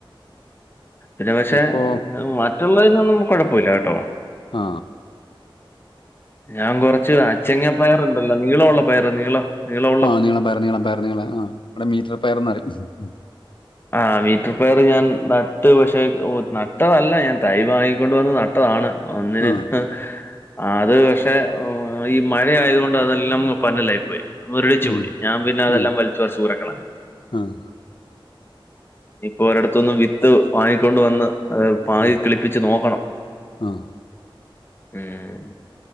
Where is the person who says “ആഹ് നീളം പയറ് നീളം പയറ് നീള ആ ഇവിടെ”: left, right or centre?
Left